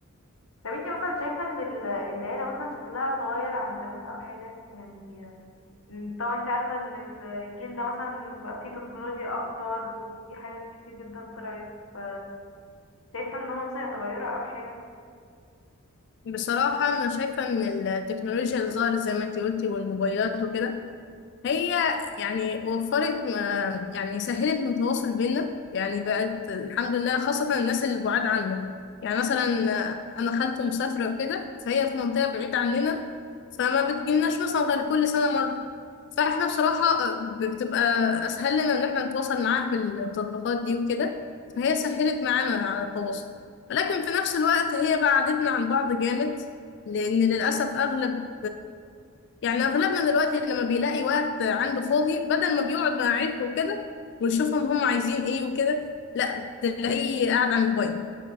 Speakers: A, on the left; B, on the left.
A: طب انتي مثلا شايفة ان ال- العيلة مثلا شكلها اتغير عن زمان او حاجة يعني إن- طبعا انتي عارفة ان الجيل ده مثلا بقى فيه تكنولوجيا اكتر وفي حاجات كتير جدا طلعت ف شايفة ان هما مثلا اتغيروا او حاجة
B: بصراحة أنا شايفة إن التكنولوجيا اللي ظهرت زي ما أنتي قلتي والموبايلات وكده هي يعني وفرت ما- يعني سهلت من التواصل بينا يعني بقت الحمد لله خاصة الناس اللي بعاد عنا يعني مثلا
A: مم.
B: آه، أنا خالته مسافرة وكده فهي في منطقة بعيدة عننا فما بتجيلناش مثلا غير كل سنة مرة فاحنا بصراحة آه، بتبقى أسهل لنا إن احنا نتواصل معاها بالتطبيقات دي وكده فهي سهلت معانا على التواصل ولكن في نفس الوقت هي بعدتنا عن بعض جامد لأن للأسف أغلب يعني اغلبنا دلوقتي لما بيلاقي وقت عنده فاضي بدل ما بيقعد مع عيلته وكده ويشوفهم هم عايزين ايه وكده لا تلاقيه قاعد على الموبايل